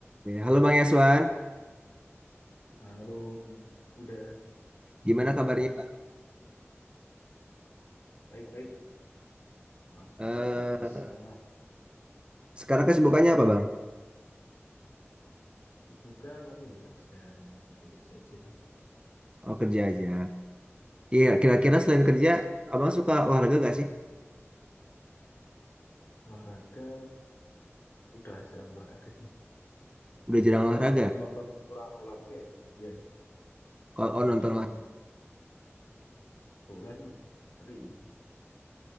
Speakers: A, on the right (about 20°); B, on the left (about 60°).
A: Oke, Halo Bang Yaswan,
B: Halo, Bang Uda.
A: gimana
B: Apa kabar
A: kabarnya
B: nih?
A: Bang?
B: Baik, baik. Luar biasa,
A: Eh,
B: luar biasa.
A: sekarang kesibukannya apa Bang?
B: Sibukan masih ya kerja, kerja kerja aja. sih.
A: Oh kerja aja. Iya, kira-kira selain kerja, Abang suka olahraga gak sih?
B: Olahraga, udah jarang olahraga sih.
A: Udah jarang
B: Kalau
A: olahraga.
B: nonton nonton orang olahraga ya, iya.
A: Kalau
B: Kalau
A: oh,
B: nonton
A: nonton lah,
B: bola sih, tapi